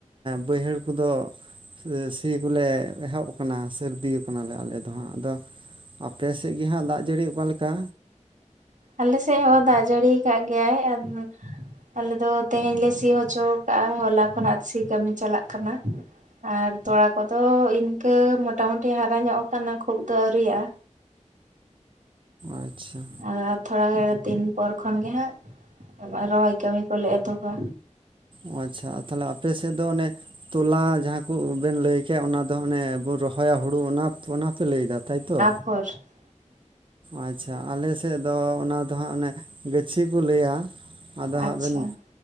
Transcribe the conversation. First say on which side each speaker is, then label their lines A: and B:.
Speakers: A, on the right (about 40°); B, on the right (about 85°).
A: ᱵᱟᱹᱭᱦᱟᱹᱲ ᱫᱚ ᱥᱤ ᱠᱚᱞᱮ ᱮᱦᱚᱵ ᱠᱟᱱᱟ ᱥᱟᱹᱨᱫᱤ ᱠᱟᱱᱟᱣᱞᱮ ᱟᱞᱮ ᱫᱚ ᱦᱟᱸᱜ ᱟᱫᱚ ᱟᱯᱮ ᱥᱮᱜ ᱜᱤ ᱦᱟᱸᱜ ᱫᱟᱜ ᱡᱟᱹᱲᱤ ᱚᱠᱟᱞᱮᱠᱟ?
B: ᱟᱞᱮ ᱥᱮᱜ ᱦᱚᱸ ᱫᱟᱜ ᱡᱟᱹᱲᱤ ᱠᱟᱜ ᱜᱮᱭᱟᱭ ᱟᱫᱚ ᱟᱞᱮ ᱫᱚ ᱛᱮᱦᱮᱧ ᱞᱮ ᱥᱤ ᱦᱚᱪᱚᱣᱠᱟᱜ-ᱟ, ᱦᱚᱞᱟ ᱠᱷᱚᱱᱟᱜ ᱥᱤ ᱠᱟᱹᱢᱤ ᱪᱟᱞᱟᱜ ᱠᱟᱱᱟ᱾ ᱟᱨ ᱛᱚᱣᱟ ᱠᱚᱫᱚ ᱤᱱᱠᱟᱹ ᱢᱚᱴᱟ ᱢᱩᱴᱤ ᱦᱟᱨᱟ ᱧᱚᱜ ᱟᱠᱟᱱᱟ ᱠᱷᱩᱵ ᱫᱚ ᱟᱹᱣᱨᱤᱭᱟᱜᱼᱟ᱾
A: ᱟᱪᱪᱷᱟ᱾
B: ᱟᱨ ᱛᱷᱚᱲᱟ ᱫᱤᱱ ᱯᱚᱨ ᱠᱷᱚᱱ ᱜᱮ ᱦᱟᱸᱜ, ᱨᱚᱦᱚᱭ ᱠᱟᱹᱢᱤ ᱠᱚᱞᱮ ᱮᱛᱷᱚᱵᱟ᱾
A: ᱳ ᱟᱪᱪᱷᱟ ᱛᱟᱦᱚᱞᱮ ᱟᱯᱮᱥᱮᱫ ᱫᱚ ᱚᱱᱮ ᱛᱚᱞᱟ ᱡᱟᱦᱟᱸ ᱠᱚ ᱵᱮᱱ ᱞᱟᱹᱭ ᱠᱮ ᱚᱱᱟ ᱫᱚ ᱦᱚᱱᱮ ᱵᱚᱱ ᱨᱚᱦᱚᱭᱟ ᱦᱩᱲᱩ ᱚᱱᱟ ᱚᱱᱟ ᱯᱮ ᱞᱟᱹᱭ ᱮᱫᱟ ᱛᱟᱭᱛᱚ?
B: <unintelligible>
A: ᱟᱪᱪᱷᱟ ᱟᱞᱮ ᱥᱮᱫ ᱫᱚ ᱚᱱᱟ ᱫᱚ ᱦᱟᱸᱜ ᱚᱱᱮ ᱜᱟᱹᱪᱷᱤ ᱠᱚ ᱞᱟᱹᱭᱟ ᱟᱫᱚ
B: ᱟᱪᱪᱷᱟ
A: ᱦᱟᱸᱜ ᱵᱮᱱ